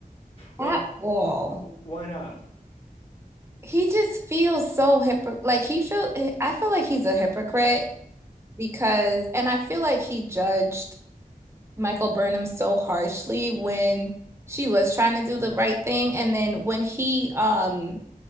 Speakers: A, on the left (about 40°); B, on the right (about 15°).
A: What
B: at all.
A: why not?
B: He just feels so hypocrite. Like he feel I feel like he's a hypocrite because and I feel like he judged Michael Burnham so harshly when she was trying to do the right thing. And then when he um